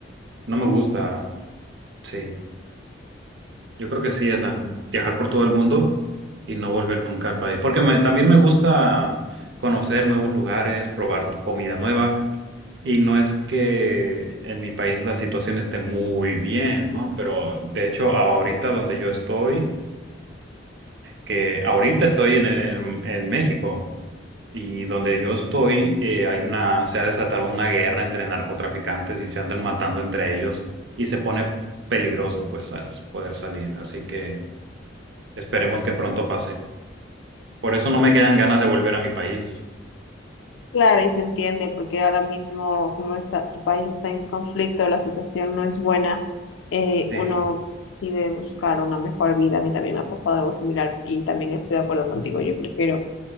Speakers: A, on the right (about 65°); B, on the left (about 75°).
A: No me gusta, sí. Yo creo que sí, esa, viajar por todo el mundo y no volver nunca al país. Porque me- también me gusta conocer nuevos lugares, probar comida nueva. Y no es que en mi país la situación esté muy bien, ¿no? Pero de hecho, ahorita donde yo estoy, que ahorita estoy en, el- en, en México y donde yo estoy, eh, hay una, se ha desatado una guerra entre narcotraficantes y se andan matando entre ellos y se pone peligroso, pues, al poder salir. Así que. Esperemos que pronto pase. Por eso no me quedan ganas de volver a mi país.
B: claro, y se entiende porque ahora mismo, como está- tu país está en conflicto, la situación no es buena, eh,
A: Sí,
B: uno decide buscar una mejor vida. A mí también me ha pasado algo similar y también estoy de acuerdo contigo. Yo prefiero